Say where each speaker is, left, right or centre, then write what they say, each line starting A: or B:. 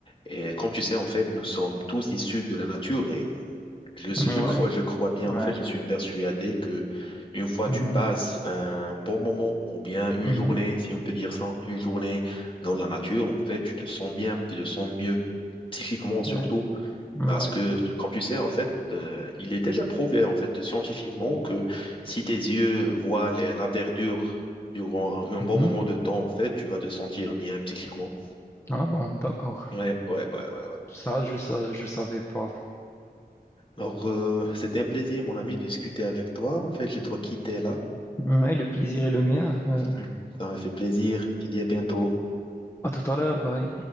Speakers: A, on the left (about 30°); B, on the left (about 15°).
A: Et comme tu sais, en fait, nous sommes tous issus de la nature et je, je
B: Ouais,
A: crois, je crois bien,
B: ouais.
A: en fait, je suis persuadé que une fois
B: Mhm,
A: tu passes un bon moment ou bien une
B: mhm,
A: journée, si on peut dire ça, une journée dans la nature, en fait, tu te sens bien, tu te sens mieux, psychiquement surtout,
B: Ouais, ouais.
A: parce que, comme tu sais, en fait, euh, il est déjà prouvé, en fait, scientifiquement que si tes yeux voient les- la verdure durant un un
B: Mhm.
A: bon moment de temps, en fait, tu vas te sentir bien psychiquement.
B: Ah bon, d'accord.
A: Ouais, ouais, ouais, ouais, ouais.
B: Ça, je, sa- je savais pas.
A: Alors, euh, c'était un plaisir, mon ami, de discuter avec toi. En fait, je dois quitter là.
B: Ouais, le plaisir est le mien. Euh,
A: Mhm. Ça m'a fait plaisir. Tu dis à bientôt.
B: à tout à l'heure, bye.